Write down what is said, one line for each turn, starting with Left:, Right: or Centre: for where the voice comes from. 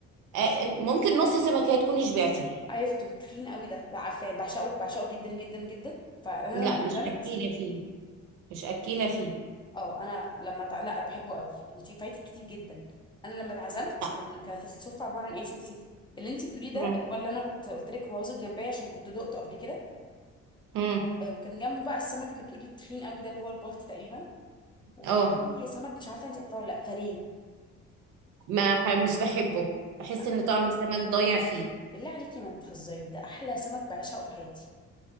Right: آه، آه، ممكن نص سمكية تكوني شبعتي
Left: عرفته تخين قوي ده لا عارفاه بعشقه بعشقه جدا جدا جدا فانا
Right: لا
Left: لما اتعزمت
Right: مش اكيلة فيه مش اكيلة فيه
Left: اه انا لما تع... لا انا بحبه قوي انت فايتك كتير جدا انا لما اتعزمت
Right: لا
Left: كان كانت السفرة عبارة عن ايه يا ستي اللي انت بتقوليه ده
Right: مم.
Left: اللي هو اللي انا كنت قلت لك هو رز الجمبري عشان كنت دقته قبل كده
Right: مم.
Left: آه، وكان جنبه بقى السمك اللي بتقولي التخين قوي ده اللي هو البولتي تقريبا وكان
Right: اه
Left: في سمك مش عارفه انت عارفاه ولا لا فليه
Right: ما ح- مش بحبه بحس
Left: لا
Right: ان
Left: ما تهزريش.
Right: طعم السمك ضايع فيه
Left: بالله عليكي ما تهزري ده احلى سمك بعشقه في حياتي